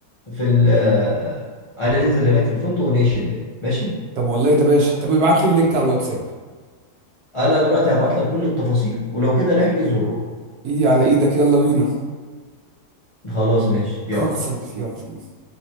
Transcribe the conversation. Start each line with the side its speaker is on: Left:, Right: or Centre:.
Left: في ال آه، هننزل هناك في الفندق ونعيش الدنيا ماشي
Right: طب والله ده باشا طب ابعت لي اللينك على الواتساب
Left: انا دلوقتي هبعت لك كل التفاصيل ولو كده نحجز ونروح
Right: ايدي على ايدك يلا بينا
Left: خلاص ماشي يلا
Right: خلص يلا بينا